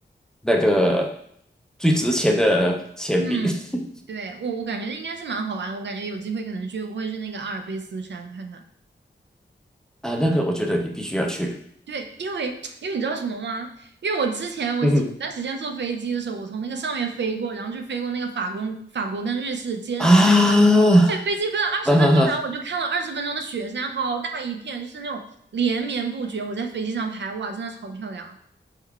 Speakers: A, in the centre; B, on the right.
A: 那个最值钱的钱币
B: 嗯，
A: <laughs>
B: 对，我我感觉应该是蛮好玩，我感觉有机会可能去会去那个阿尔卑斯山看看。
A: 啊，那个我觉得你必须要去。
B: 对，因为 <tsk> 因为你知道什么吗？因为我之前我前段时间坐飞机的时候，
A: 嗯哼
B: 我从那个上面飞过，然后就飞过那个法国法国跟瑞士接壤那个。
A: 啊
B: 在飞机飞了二十分钟，
A: 啊哈哈，
B: 然后我就看了二十分钟的雪山，好大一片，就是那种连绵不绝。我在飞机上拍，哇，真的超漂亮，